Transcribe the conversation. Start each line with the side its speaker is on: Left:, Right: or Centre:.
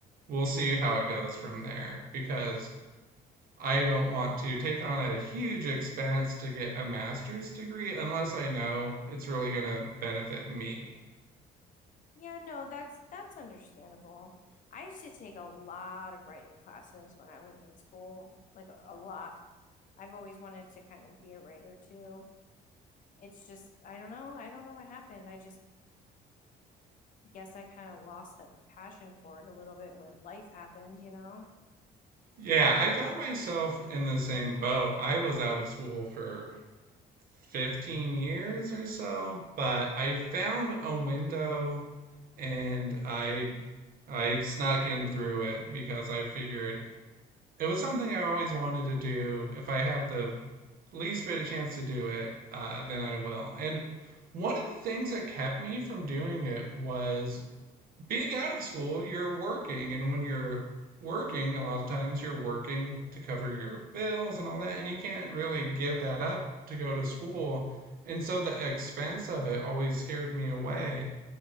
Right: we'll see how it goes from there because I don't want to take on a huge expense to get a master's degree unless I know it's really going to benefit me.
Left: Yeah, no, that's that's understandable. I used to take a lot of writing classes when I was in school, like a, a lot. I've always wanted to kind of be a writer too. It's just, I don't know, I don't know what happened. I just guess I kind of lost the passion for it a little bit when life happened, you know?
Right: Yeah, I found myself in the same boat. I was out of school for 15 years or so, but I found a window and I I snuck in through it because I figured it was something I always wanted to do. If I have the least bit of chance to do it, uh, then I will. And one of the things that kept me from doing it was being out of school, you're working, and when you're working, a lot of times you're working to cover your bills and all that,
Left: Yeah.
Right: and you can't really give that up to go to school. And so the expense of it always scared me away.